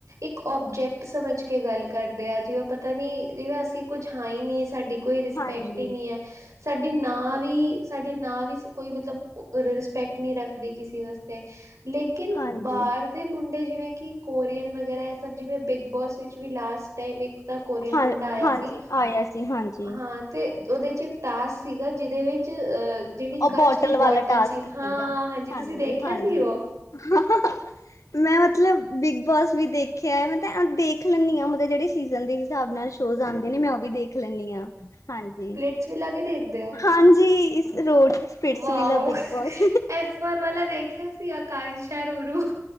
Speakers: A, on the right; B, on the left.
A: ਇੱਕ ਓਬਜੈਕਟ ਸਮਝ ਕੇ ਗੱਲ ਕਰਦੇ ਆ। ਜਿਵੇਂ ਪਤਾ ਨੀ, ਜਿਵੇਂ ਅਸੀਂ ਕੁੱਝ ਹਾਂ ਈ ਨਹੀਂ ਸਾਡੀ ਕੋਈ ਰਿਸਪੈਕਟ
B: ਹਾਂਜੀ
A: ਈ ਨੀ ਐ। ਸਾਡੀ ਨਾ ਵੀ ਸਾਡੀ ਨਾ ਵੀ ਕੋਈ ਮਤਲਬ, ਉਹ ਰਿਸਪੈਕਟ ਨੀ ਰੱਖਦੀ ਕਿਸੇ ਵਸਤੇ। ਲੇਕਿਨ
B: ਹਾਂਜੀ
A: ਬਾਰ ਦੇ ਮੁੰਡੇ ਜਿਵੇਂ ਕਿ, ਕੋਰੀਅਨ ਵਗੈਰਾ, ਇਹ ਸਭ ਜਿਵੇਂ ਬਿਗ ਬੋਸ ਵਿੱਚ ਵੀ ਲਾਸਟ ਟਾਈਮ, ਇੱਕ ਤਾਂ ਕੋਰੀਅਨ
B: ਹਾਂ
A: ਮੁੰਡਾ ਆਇਆ
B: ਹਾਂਜੀ
A: ਸੀ।
B: ਆਇਆ ਸੀ ਹਾਂਜੀ
A: ਹਾਂ ਤੇ ਉਹਦੇ ਇਚ ਇੱਕ ਟਾਸਕ ਸੀਗਾ। ਜਿਹਦੇ ਵਿੱਚ ਅ ਜਿਹੜੀ
B: ਉਹ
A: ਕੱਚ ਦੀ ਬੋਟਲ
B: ਵਾਲਾ ਟਾਸਕ
A: ਸੀ,
B: ਸੀਗਾ
A: ਹਾਂ ਹਾਂਜੀ ਤੁਸੀਂ ਦੇਖਿਆਂ
B: ਹਾਂਜੀ
A: ਸੀ ਓ
B: <inaudible> ਮੈਂ ਮਤਲਬ ਬਿਗ ਬੋਸ ਵੀ ਦੇਖਿਆ ਐ, ਮਤਲਬ ਦੇਖ ਲੇਨੀ ਆ ਮਤਲਬ ਜਿਹੜੇ ਸੀਜ਼ਨ ਦੇ ਹਿਸਾਬ ਨਾਲ਼। ਰੋਜ਼ ਆਂਦੇ ਨੇਂ ਮੈਂ ਉਹ ਵੀ ਦੇਖ ਲੈਨੀ ਆ, ਹਾਂਜੀ।
A: ਚਿੱਲਾ ਵੀ ਦੇਖਦੇ ਔ।
B: ਹਾਂਜੀ, ਇਸ ਰੋਡ ਸਪਿਟਸ
A: wow,
B: ਵਿਲਾ big Boss
A: ਇਸ ਵਾਰ ਵਾਲਾਂ ਦੇਖਿਆ ਸੀ ਅਕਾਨਛਾ ਰੋ -ਰੋ